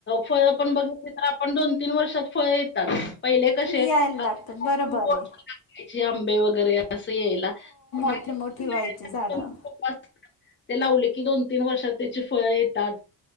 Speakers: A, on the left (about 30°); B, on the left (about 70°).
A: फळं पण बघितली तर आपण दोन तीन वर्षात फळं येतात. पहिले कसे
B: येतात
A: <unintelligible>
B: पहिले तसे आंबे वगैरे
A: खूप <unintelligible> आंबे वगैरे असं यायला पण अनइंटेलिजिबल
B: असे मोठी व्हायची झाडं
A: <unintelligible> ते लावले की दोन तीन वर्षात त्याची फळं येतात.